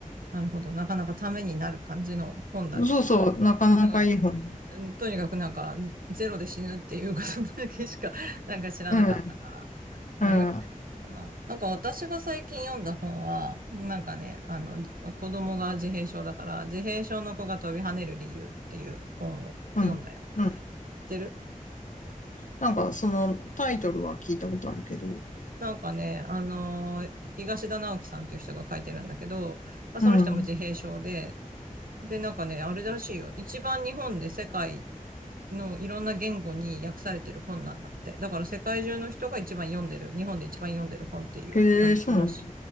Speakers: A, on the right; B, on the left.
A: なるほど。なかなかためになる感じの本だね。
B: そうそう、なかなかいい本。
A: なんかうんとにかくなんか、ゼロで死ぬっていうことだけしか、<laughs> なんか知らなかったから、
B: うん、
A: まあ読んでみようかな。
B: うん、
A: なんか私が最近読んだ本は、なんかね、あの、子供が自閉症だから、自閉症の子が飛び跳ねる理由っていう本を読んだよ。
B: うん、うん。
A: 知ってる
B: なんか、そのタイトルは聞いたことあるけど。
A: なんかね、あのー東田直樹さんっていう人が書いてるんだけど、まあ、その人も自閉症で、
B: うん。
A: で、なんかね、あれらしいよ。一番日本で世界のいろんな言語に訳されてる本なんだって。だから世界中の人が一番読んでる、日本で一番読んでる本っていう感じらしい。
B: へえ、そうなんだ。